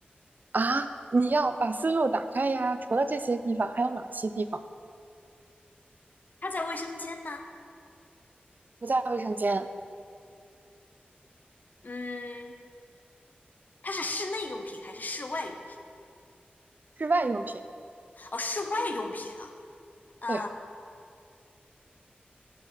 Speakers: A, on the right (about 55°); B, on the left (about 50°).
A: 啊，你要把思路打开呀，除了这些地方，还有哪些地方
B: 它在卫生间吗？
A: 不在卫生间？
B: 嗯，它是室内用品还是室外用品？
A: 室外用品，
B: 哦，室外用品啊，呃。
A: 对，